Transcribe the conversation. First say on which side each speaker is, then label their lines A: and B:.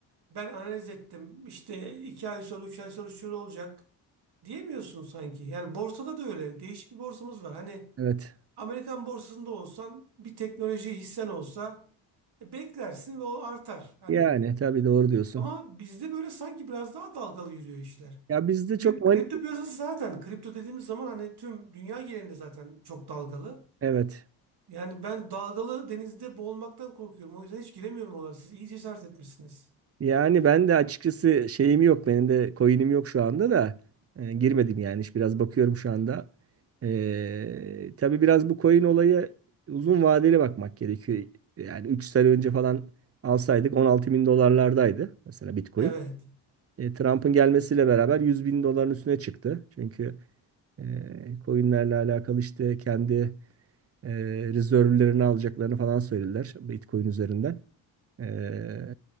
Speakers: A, on the right (about 60°); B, on the right (about 35°).
A: ben analiz ettim işte iki ay sonra üç ay sonra şöyle olacak diyemiyorsun sanki. Yani borsada da öyle değişik bir borsamız var. Hani
B: Evet.
A: Amerikan borsasında olsan bir teknoloji hissen olsa e, beklersin ve o artar hani.
B: Yani tabii doğru diyorsun.
A: Ama bizde böyle sanki biraz daha dalgalı yürüyor işler.
B: Ya bizde çok
A: Krip-
B: mani...
A: Kripto piyasası zaten kripto dediğimiz zaman hani tüm dünya genelinde zaten çok dalgalı.
B: Evet.
A: Yani ben dalgalı denizde boğulmaktan korkuyorum. O yüzden hiç giremiyorum oralara. Siz iyi cesaret etmişsiniz.
B: Yani ben de açıkçası şeyim yok. Benim de coin'im yok şu anda da. E, girmedim yani. İşte biraz bakıyorum şu anda. E, tabii biraz bu coin olayı uzun vadeli bakmak gerekiyor. Yani 3 sene önce falan alsaydık 16 bin dolarlardaydı. Mesela Bitcoin.
A: Evet.
B: E, Trump'ın gelmesiyle beraber 100 bin doların üstüne çıktı. Çünkü e, coinlerle alakalı işte kendi e, rezervlerini alacaklarını falan söylediler Bitcoin üzerinden. Ee,